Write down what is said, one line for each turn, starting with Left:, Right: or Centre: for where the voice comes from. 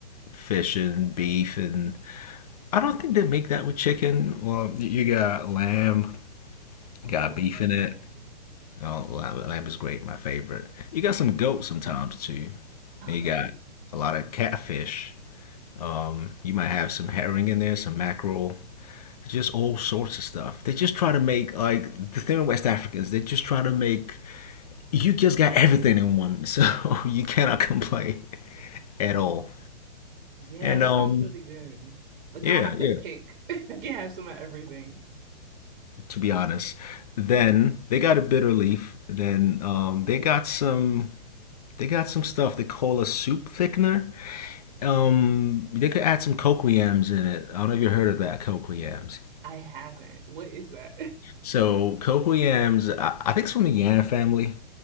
Left: fish and beef and I don't think they make that with chicken. Well, you got lamb,
Right: Oh,
Left: you got
Right: I
Left: beef
Right: love
Left: in it.
Right: lamb.
Left: Oh, lamb, lamb is great, my favorite. You got some goat sometimes too.
Right: Okay.
Left: And you got a lot of catfish. Um, you might have some herring in there, some mackerel, just all sorts of stuff. They just try to make like the thing with West Africans. They just try to make you just got everything in one, so <laughs> you cannot complain at all.
Right: Yeah,
Left: And
Right: that
Left: um,
Right: sounds really good. Like
Left: yeah,
Right: I don't have to
Left: yeah.
Right: pick. <laughs> I can have some of everything.
Left: to be honest. Then they got a bitter leaf. Then um, they got some they got some stuff they call a soup thickener. Um,
Right: Mhm.
Left: they could add some cocoyams in it. I don't know if you heard of that cocoyams.
Right: I haven't. What is that?
Left: So cocoyams, I, I think it's from the yam family.